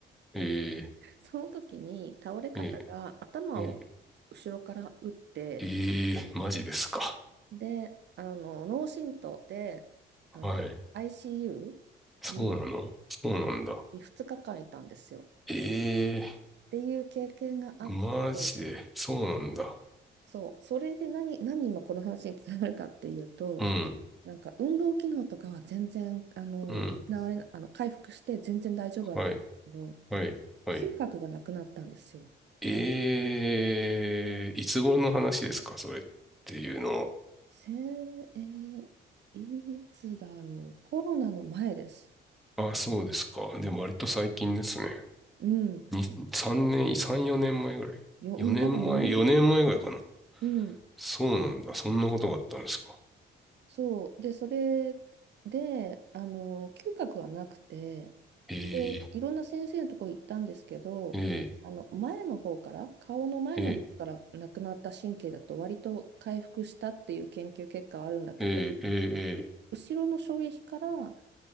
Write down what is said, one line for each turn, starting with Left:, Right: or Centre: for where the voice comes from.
Centre: え
Right: その時に倒れ方が頭を後ろから打って、
Centre: ー、えー、えー、えー、マジですか。
Right: で、あの脳震盪であの
Centre: はい。
Right: ICU
Centre: そうなのそうなんだ。
Right: に、に2日間いたんですよ。
Centre: ええー
Right: っていう経験があって、
Centre: マジで、そうなんだ。
Right: そう、それで何、何今この話につながるかっていうと、
Centre: うん、
Right: なんか運動機能とかは全然あの失われなあの回復して全然大丈夫だったんですけど、
Centre: うん、はい、はい、はい。
Right: 嗅覚がなくなったんですよ。
Centre: ええーいつ頃の話ですか、それっていうの
Right: せ、えーいつだろう。コロナの前です。
Centre: は。あ、そうですか。でも割と最近ですね。
Right: うん。
Centre: に、3年、3、4年前ぐらい。
Right: よ、うん、
Centre: 4年前、
Right: 多分4年前。
Centre: 4年前ぐらいかな。
Right: うん。
Centre: そうなんだ。そんなことがあったんですか。
Right: そう。で、それで、あの、嗅覚はなくて、
Centre: ええ
Right: で、いろんな先生のとこ行ったんですけど、
Centre: え
Right: あの、前の方から、顔の前の方からなくなった神経だと割と回復したっていう研究結果はあるんだけど、
Centre: ええええええええ
Right: 後ろの衝撃からあ